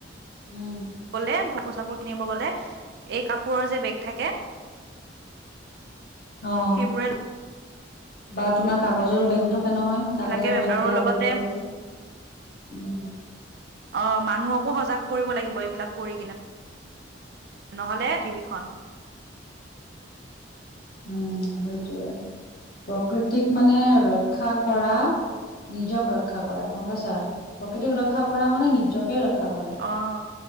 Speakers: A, on the left; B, on the right.
A: উম।
B: গ'লে কাপোৰ চাপোৰ কিনিব গ'লে এই কাপোৰৰ যে বেগ থাকে
A: অহ।
B: সেইবোৰে
A: বা তোমাৰ কাগজৰ বেগো থাকে নহয়।
B: সেইবিলাকে
A: কাগজৰ বেগ
B: আৰু
A: বিলাক
B: লগতে
A: আজিকালি ওলাইছে উম।
B: অ মানুহকো সজাগ কৰিব লাগিব এইবিলাক কৰি কিনে। নহ'লে টিভিখন
A: উম সেইটোয়ে, প্ৰকৃতিক মানে ৰক্ষা কৰা নিজক ৰক্ষা কৰা গম পাইছা? প্ৰকৃতিক ৰক্ষা কৰা মানে নিজকে ৰক্ষা কৰা।
B: অ